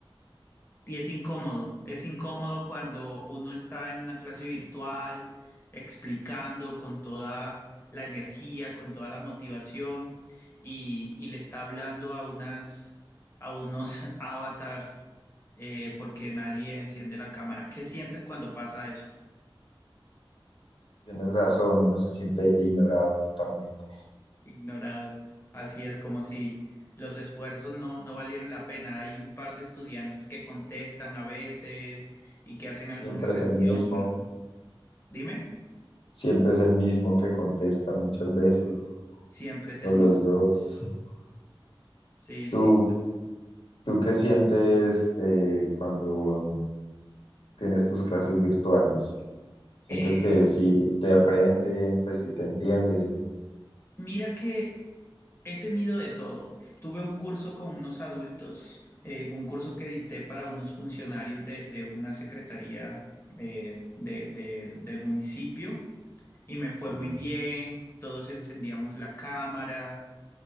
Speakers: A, on the left; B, on the left.
A: Y es incómodo, es incómodo cuando uno está en una clase virtual explicando con toda la energía, con toda la motivación y, y le está hablando a unas, a unos <laughs> avatars eh, porque nadie enciende la cámara. ¿Qué sientes cuando pasa eso?
B: Tienes razón, uno se siente ignorado totalmente.
A: Ignorado. Así es como si los esfuerzos no, no valieran la pena. Hay un par de estudiantes que contestan a veces y que hacen alguna
B: Siempre
A: reacción,
B: es el mismo,
A: pero dime.
B: siempre es el mismo que contesta muchas veces,
A: Siempre es el
B: o los
A: mismo.
B: dos. <laughs>
A: Sí,
B: ¿Tú,
A: sí.
B: tú qué sientes eh, cuando tienes tus clases virtuales? Sientes
A: Eh,
B: que sí te aprenden, pues sí te entienden.
A: mira que he tenido de todo. Tuve un curso con unos adultos, eh, un curso que dicté para unos funcionarios de, de una secretaría eh, de- de- del municipio y me fue muy
B: y
A: bien. Todos encendíamos la cámara